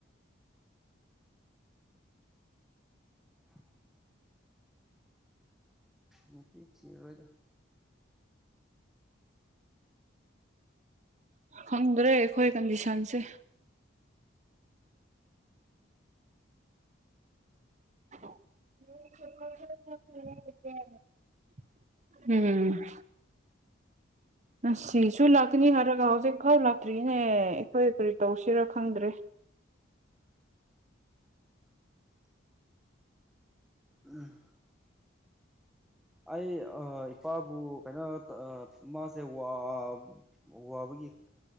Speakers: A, in the centre; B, on the right.
A: <unintelligible> ꯅꯨꯄꯤ ꯊ ꯑꯣꯏꯣꯏꯗ
B: ꯈꯪꯗ꯭ꯔꯦ ꯑꯩꯈꯣꯏ ꯀꯟꯗꯤꯁꯟꯁꯦ <unintelligible> ꯎꯝ ꯁꯤꯁꯨ ꯂꯥꯛꯀꯅꯤ ꯍꯥꯏꯔꯒ ꯍꯧꯖꯤꯛ ꯐꯥꯎ ꯂꯥꯛꯇ꯭ꯔꯤꯅꯦ ꯑꯩꯈꯣꯏ ꯀꯔꯤ ꯇꯧꯁꯤꯔ ꯈꯪꯗ꯭ꯔꯦ
A: <unintelligible> ꯎꯝ ꯑꯩ ꯏꯄꯥꯕꯨ ꯀꯩꯅꯣ ꯃꯥꯁꯦ ꯋꯥꯕꯒꯤ